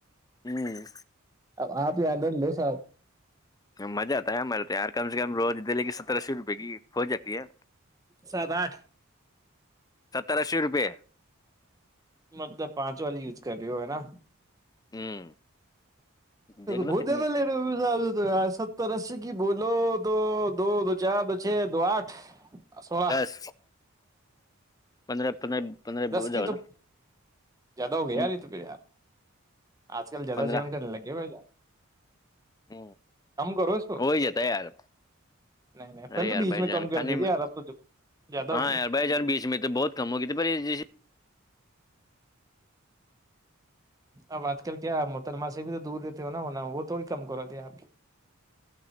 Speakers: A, on the left; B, on the right.
A: ہ
B: اب آپ ہی آنے ل ساب
A: مزہ آتا ہے ہمارے تو یار کم سے کم روز دے لےی ستر اسی روپیے کی ہو جاتی ہے
B: سات آٹھ
A: سترہ سو روپے
B: مطلب پانچ والی نا
A: ہ دیکھ لو
B: بتے
A: کتنی
B: تو لی ستر اسی کی ب ل دو دو دو چار چھ دو آٹھ سولہ
A: دس پندرہ اپنے پندرہ
B: دس
A: بجا
B: کی
A: ہو
B: تو زیادہ ہو گیا
A: ہوں
B: یار تو پھر یار آج کل زیاد
A: پندرہ
B: سیون کرنے لگے ہوئے جا
A: ہ
B: کرو اس کو
A: ہو ہی جاتتا ہے یار
B: نہیں نہیں پہلے
A: ارے
B: تو
A: یار
B: بیچ
A: بھائی
B: میں
A: جان
B: کم کر
A: کھانے
B: دی تھی
A: میں
B: یار اب تو جو- زیادہ
A: ہاں
B: ہوگی
A: یار بھائی جان بیچ میں تو بہت کم ہوگی تھی پر جیسے
B: اب آج کل کیا محترمہ سے بھی تو دور دیتے ہو نا ہونا وہ تھوڑی کم کراتی ہے آپ کی